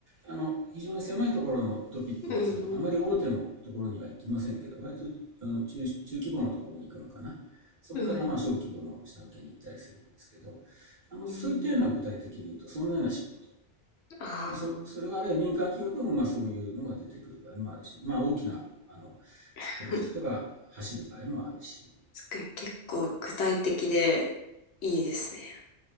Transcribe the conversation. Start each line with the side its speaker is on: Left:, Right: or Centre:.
Right: あの、非常に狭いところのトピックは、
Left: うんうん。
Right: その、あまり大手のところには行きませんけど、割と、あの、中、中規模のところに行くのかな。そこから、
Left: うん。
Right: まあ、小規模の下請けに行ったりするんですけど、あの、
Left: うん
Right: そういったような具体的に言うと、そんなような仕事。
Left: ああ。
Right: まあ、そそれがあるいは民間企業でもまあそういうのが出てくる場合もあるし、まあ、大きなあの
Left: <laughs>
Right: プロジェクトが走る場合もあるし、
Left: すごい結構具体的でいいですね。